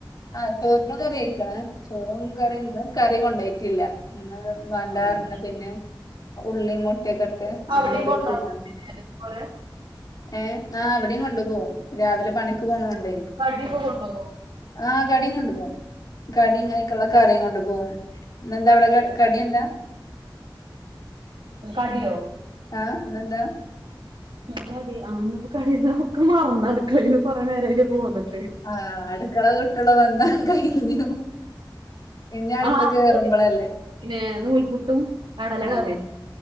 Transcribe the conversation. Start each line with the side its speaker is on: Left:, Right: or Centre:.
Left: ആ ചോറും കറിആയ്ക്കൻ ചോറും കറിന്ന് കറി കൊണ്ടയ്റ്റില്ല ഇന്ന് വേണ്ട
Right: ഏഹ്
Left: അർന് പിന്നെ ഉള്ളി മുട്ടയൊക്കെ ഇട്ട് അങ്ങനെ
Right: അവിടിം
Left: ഒരു
Right: <unintelligible>
Left: കൂട്ടാൻ ഏ ആഹ് വടിം കൊണ്ടു പോവും രാവിലെ പണിക്ക് പോണണ്ടേയ്
Right: കടിയൊക്കെണ്ടോവൊ
Left: ആഹ് കടിം കൊണ്ട്പോവും കടി ആയിക്ള്ള കറിം കൊണ്ട്പോകും ന്നന്താ അവടെ കടിയന്താ
Right: കടിയോ
Left: ആഹ് ന്നന്താ
Right: കടി ആ ന്ന്പ്പൊ കടിയെന്താ ഒക്കെ മറന്ന അടുക്കയിന്നു കൊറെ നെരായിലെ പോ വന്ന്ട്ട്
Left: ആഹ് അടുക്കള വിട്ടുള്ള ബന്ധം കൈഞ്ഞു ഇന്ന് അടുത്തൊ
Right: ആ
Left: കേയറുമ്പളല്ലേ
Right: അതെ പിന്നെ നൂൽപുട്ടും കടല
Left: ആഹ്
Right: കറിയും